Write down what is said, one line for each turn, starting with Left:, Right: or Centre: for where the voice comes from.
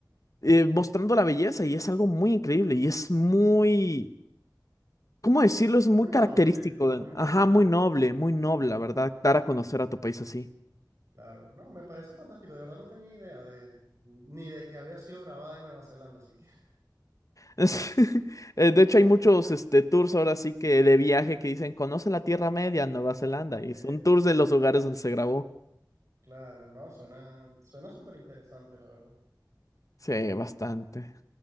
Left: eh, mostrando la belleza y es algo muy increíble y es muy, ¿cómo decirlo? Es muy
Right: Muy
Left: característico,
Right: noble, muy
Left: de-
Right: noble.
Left: ajá, muy noble, muy noble, la verdad, dar a conocer a tu país así.
Right: Claro, no, me parece fantástico, de verdad no tenía idea de, ni de que había sido grabada en Nueva Zelanda siquiera. <laughs>
Left: <laughs> Eh, De hecho, hay muchos este, tours ahora sí que de viaje que dicen, conoce la Tierra Media, Nueva Zelanda,
Right: Ok,
Left: y son tours de los lugares donde se grabó.
Right: claro, no, suena, suena súper interesante, la verdad.
Left: Sí, bastante.